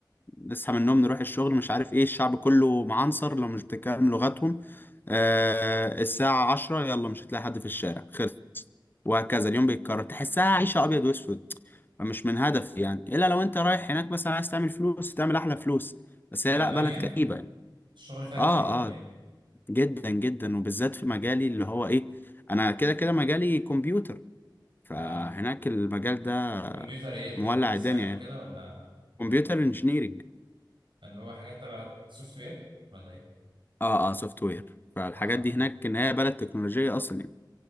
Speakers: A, on the left (about 25°); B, on the right (about 75°).
A: نصحى من النوم نروح الشغل مش عارف ايه الشعب كله معنصر لو مش بتتكلم لغتهم آه الساعة عشرة يلا مش هتلاقي حد في الشارع خلص وهكذا اليوم بيتكرر تحسها عيشة أبيض وأسود مش من هدف يعني إلا لو أنت رايح هناك مثلا عايز تعمل فلوس تعمل أحلى فلوس بس
B: في
A: هي
B: المانيا
A: لأ بلد كئيبة يعني
B: الشغل فيها
A: آه
B: كتير ولا ايه
A: آه جدا جدا وبالذات في مجالي اللي هو إيه أنا كده كده مجالي كمبيوتر فهناك
B: اه
A: المجال ده
B: كمبيوتر ايه الكترونيكس
A: مولع الدنيا
B: يعني وكده
A: يعني
B: ولا ولا
A: كمبيوتر
B: ايه
A: انجينيرنج
B: اللي هو حاجات تبع سوفت وير ولا ايه؟
A: اه اه سوفت وير فالحاجات
B: اه
A: دي هناك ان هي بلد تكنولوجية اصلا يعني